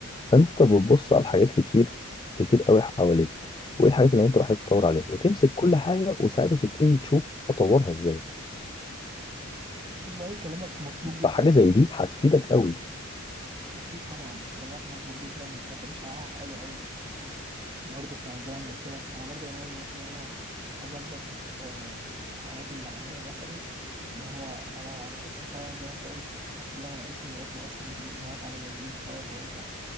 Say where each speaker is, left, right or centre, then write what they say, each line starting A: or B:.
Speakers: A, on the left; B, on the right.
A: فأنت بتبص على حاجات كتير كتير قوي حواليك وإيه الحاجات اللي أنت محتاج تطور عليها وتمسك كل حاجة وساعتها تبتدي تشوف أطورها إزاي
B: والله كلامك مظبوط جدا
A: فحاجة
B: يعني
A: زي دي هتفيدك قوي
B: اكيد طبعا كلامك مظبوط جدا وهتعيش حياه حلوه قوي برضو كان زمان ما أنا قلت لك انا برضو ناوي مثلا انا اظبط آه، حياتي المهنيه مثلا اللي هو انا ناقصني فعلا زي ما انت قلت شفت اللي انا ناقصني لقيت ناقصني انجليزي اللي انا اتعلم الانجليزي بطريقه كويسه